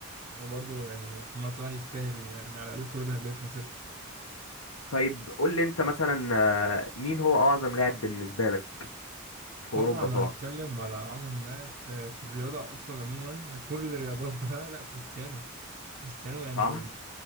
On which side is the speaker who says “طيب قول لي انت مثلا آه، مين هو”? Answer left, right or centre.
Left